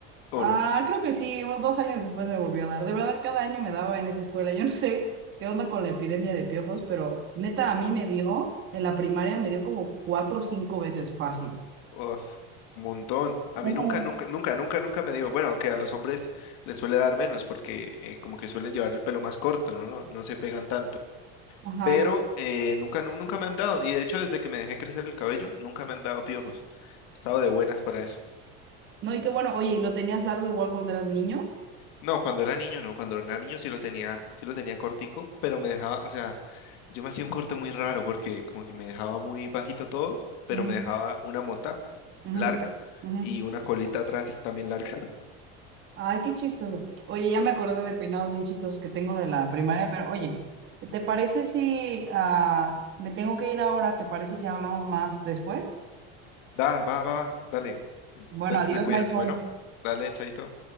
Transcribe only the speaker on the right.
Ah,
creo que sí, unos dos años después me volvió a dar. De verdad, cada año me daba en esa escuela. Yo <laughs> no sé qué onda con la epidemia de piojos, pero neta, a mí me dio, en la primaria me dio como cuatro o cinco veces fácil.
Ujú.
Ajá.
No, y qué bueno, oye, ¿y lo tenías largo igual cuando eras niño?
Ujú,
ujú,
ujú.
Ay, qué chistoso. Oye, ya me acordé
de peinados bien chistosos que tengo de la primaria, pero oye, ¿te parece si ah, me tengo que ir ahora? ¿Te parece si hablamos más después?
Bueno, adiós,
Michael.